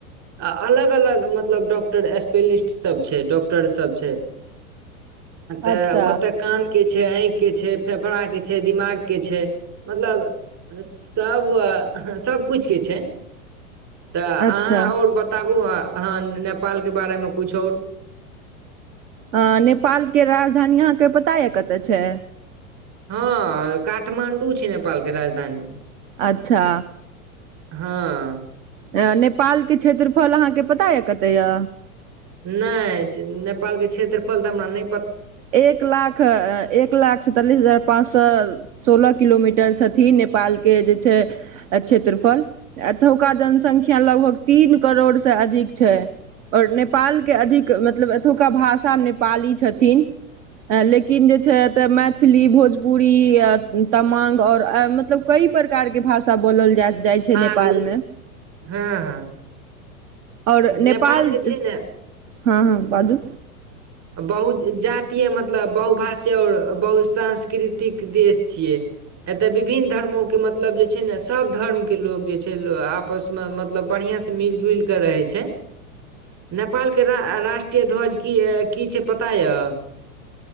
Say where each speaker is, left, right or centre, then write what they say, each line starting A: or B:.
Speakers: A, on the right; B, on the right.
A: आ अलग अलग मतलब डॉक्टर स्पेलिस्ट सब छै, डॉक्टर सब छै‌। तऽ
B: अच्छा
A: ओते कान के छै, आंई के छै, फेफड़ा के छै, दिमाग के छै। मतलब सब सब किछ के छै। तऽ
B: अच्छा
A: अहाँ और बताबू अ अहाँ नेपालके बारेमे कुछ और
B: अं नेपालके राजधानी अहाँके पता यै कतय छै।
A: हॅं काठमाण्डू छै नेपालके राजधानी।
B: अच्छा
A: हां।
B: ए नेपालके क्षेत्रफल अहाँके पता यै कते य।
A: नै छे नेपाल के क्षेत्रफल तऽ हमरा नै
B: एक लाख एक लाख सैंतालिस हजार पाँच सौ सोलह किलोमीटर छथि नेपालके जे छै क्षेत्रफल एतोका जनसंख्या लगभग तीन करोड़ से अधिक छै और नेपालके अधिक मतलब एतोका भाषा नेपाली छथिन। लेकिन जे छै एतऽ मैथिली, भोजपुरी, तमांग आओर मतलब कई प्रकारके भाषा बोलल जाइत जाइ छै
A: आरू
B: नेपालमे।
A: हँ हँ
B: आओर
A: नेपालजे
B: नेपाल
A: छै ने
B: हँ हँ बाजू
A: बहु जाति तीय मतलब बहुभाष छै आओर बहुत सांस्कृतिक देश छियै एतय विभिन्न धर्मो के मतलब जे छै ने सब धर्मके लोग जे छै लो आपसमे मतलब बढ़िआं से मिल जुल कऽ रहै छै नेपालके रा राष्ट्रीय ध्वज की ए की छै पता यऽ?